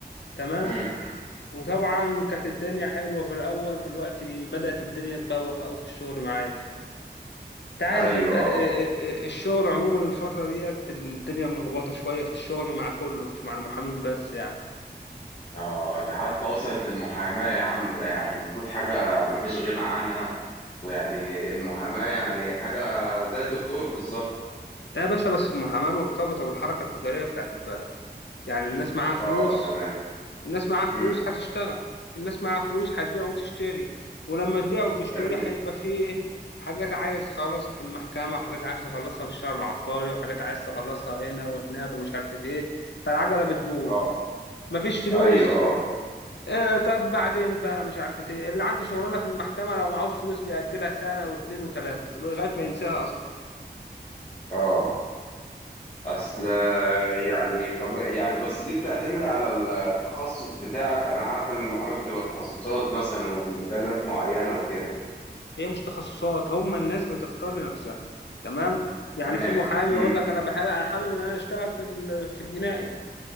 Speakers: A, on the left; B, on the left.
A: تمام
B: امم
A: وطبعا كانت الدنيا حلوة في الاول دلوقتي بدأت الدنيا تبوخ قوي في الشغل معايا انت عارف
B: ايوه
A: انت ال-
B: اه
A: ال- ال- الشغل عموما الفترة ديت الدنيا ملخبطة شوية في الشغل مع كله مش مع المحامين بس يعني
B: اه ده حتى وصلت للمحاماه يا عم ده يعني المفروض حاجه مفيش غنى عنها ويعني المحاماه يعني حاجه زي الدكتور بالظبط
A: لا يا باشا بس المحاماة مرتبطة بالحركة التجارية بتاعت البلد يعني الناس معاها فلوس
B: اه تمام
A: الناس معاها فلوس
B: امم
A: هتشتغل الناس معاها فلوس هتبيع وتشتري ولما تبيع وتشتري
B: جميل
A: هيبقى فيه إيه؟ حاجات عايز تخلصها في المحكمة وحاجات عايز تخلصها في الشهر العقاري وحاجات عايز تخلصها هنا وهناك ومش عارفة ايه فالعجلة بتدور
B: اه
A: مفيش فلوس
B: ايوه اه
A: إيه طب بعدين بقى مش عارفة ايه اللي عنده شغلانة في المحكمة لو معهوش فلوس بيأجلها سنة واتنين وتلاتة لغاية ما ينساها أصلا
B: اه اصل يعني طب يعني بس دي بتعتمد على التخصص بتاعك انا اعرف ان المحاماه بتبقى تخصصات مثلا ومجالات معينه وكده
A: هي مش تخصصات هم الناس بتختار لنفسها تمام يعني
B: تمام
A: في محامي يقول
B: امم
A: لك انا بحب انا حابب ان انا اشتغل في ال- في الجنائي